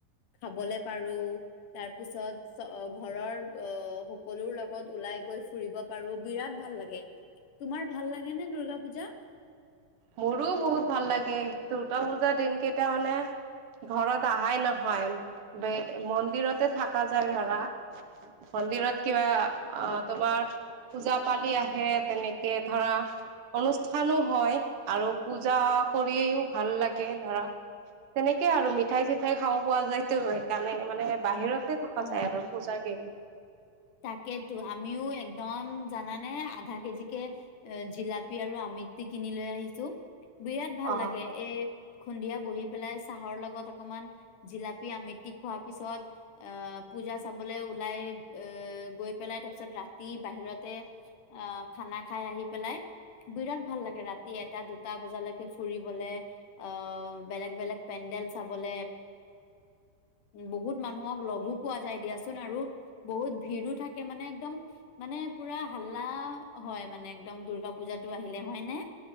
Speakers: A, on the left (about 80°); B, on the right (about 85°).
A: খাবলে পাৰো তাৰ পিছত ঘৰৰ আহ সকলো লগত ওলাই গৈ ফুৰিব পাৰো বিৰাট ভাল লাগে তোমাৰ ভাল লাগে নে দূৰ্গা পুজা
B: মোৰো বহুত ভাল লাগে দূৰ্গা পূজাৰ দিন কেইটা মানে ঘৰত অহাই নহয় ব মন্দিৰতে থাকা যায় ধৰা মন্দিৰত কিবা আহ তোমাৰ পূজা পালি আহে তেনেকে ধৰা অনুষ্ঠানো হয় আৰু পূজা কৰিয়ও ভাল লাগে ধৰা তেনেকে আৰু মিঠাই চিঠাই খাব পোৱা যায়তো সেইকাৰণে মানে বাহিৰত তে থকা
A: অ
B: যায় আৰু পূজাৰ কে
A: তাকেতো আমিও একদম জানানে, আধা কেজিকে জিলাপি আৰু আমিটি কিনি লৈ আহিছো । বিৰাট ভাল
B: অ
A: লাগে এই । সন্ধিয়া বহি পেলাই চাহৰ লগত অকমান জিলাপি, আমিতি খোৱাৰ পিছত আহ পূজা চাবলৈ ওলাই এ গৈ পেলাই তাৰ পিছত ৰাতি বাহিৰতে আহ খানা খাই আহি পেলাই বিৰাট ভাল লাগে ৰাতি এটা, দুটা বজালৈকে ফুৰিবলে আঁহ বেলেগ বেলেগ পেণ্ডেল চাবলে বহুত মানুহক লগো পোৱা যায় দিয়াচোন আৰু বহুত ভিৰো থাকে মানে একদম মানে পুৰা হাল্লা হয় মানে একদম দূৰ্গা পূজাটো আহিলে হয় নে?